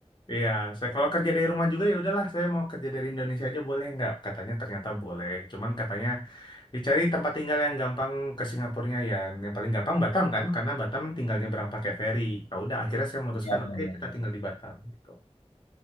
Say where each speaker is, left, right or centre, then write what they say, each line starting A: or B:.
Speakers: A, on the left; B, on the left.
A: Iya, saya kalau kerja dari rumah juga ya udahlah, saya mau kerja dari Indonesia aja boleh nggak? Katanya ternyata boleh. Cuman katanya Dicari tempat tinggal yang gampang ke Singapurnya ya. Yang paling gampang Batam kan, karena Batam tinggal nyebrang pakai feri. Ya udah akhirnya saya memutuskan
B: Ya, benar,
A: oke
B: benar.
A: kita tinggal di Batam gitu.